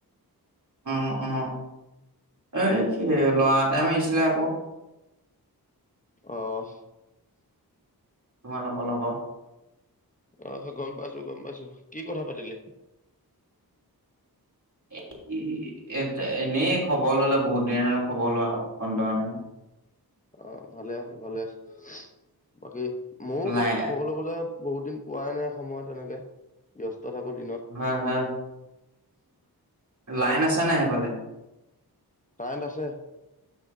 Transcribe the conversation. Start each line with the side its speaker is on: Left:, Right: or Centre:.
Right: অ অ এ ল'ৰা এটাই মাৰিছিলে আকৌ
Left: আহ
Right: তোমালোক লগত
Left: অহ গম পাইছো গম পাইছো কি কথা পাতিলি
Right: এক কি এ এনেই খবৰ ললে বহুত দিন হেনো খবৰ লোৱা কন লোৱা নাই
Left: অ ভালে আছে ভালে আছে বাকী ময়োতো
Right: লাই
Left: কবলৈ গলে বহুত দিন পোৱাই নাই সময় তেনেকে ব্যস্ত। থাকো দিনত
Right: হা হা লাইন আছে নাই সেইফালে
Left: কাৰেন্ট আছে।